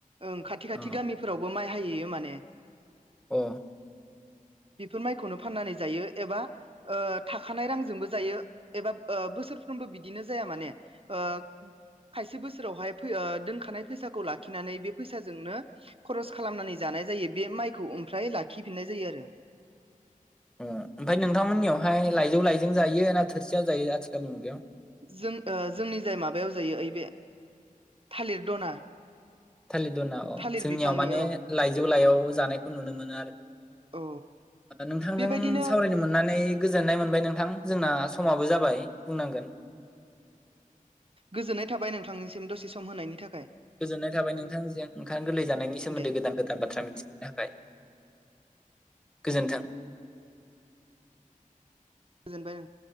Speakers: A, on the right; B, in the centre.
A: ओं खाथि खाथि
B: अ
A: गामिफोरावबो माइ हाहैयो माने
B: अ
A: <inaudible> बेफोर माइखौनो फाननानै जायो, एबा ओ थाखानाय रांजोंबो जायो एबा ओ बोसोरफ्रोम बो बिदिनो जाया माने ओ खायसे बोसोरावहाय फै ओ दोनखानाय फैसा खौ लाखिनानै बे फैसाजोंनो खरस खालामनानै जानाय जायो बे माइखौ ओमफ्राय लाखिफिननाय जायो आरो। <inaudible>
B: उ ओमफ्राय नोंथांमोननियावहाय लाइजौ लायजों जायो ना थोरसियाव जायो आथिखालनि मुगायाव?
A: जों ओ जोंनि जाय माबायाव जायो ओइ बे थालिर दना।
B: थालिर दरना अ
A: थालिर
B: जोंनियाव
A: बिफांनि
B: माने
A: औ
B: लाइजौ लाइायाव जानायखौ नुनो मोनो आरो।
A: औ
B: नोंथांजों
A: बेबायदिनो
B: सावरायनो मोननानै गोजोननाय मोनबाय नोंथां जोंना स माबो जाबाय बुंनांगोन।
A: गोजोननाय थाबाय नोंथांनिसिम दसे सम होनायनि थाख
B: गोजोननाय थाबाय नोंथांजों ओंखां
A: ओं
B: गोरलै जानायनि सोमोन्दै
A: दे
B: गोदान गोदान बाथ्रा मिथिनो थाखाय। गोजोन्थों।
A: गोजोनबाय ओं।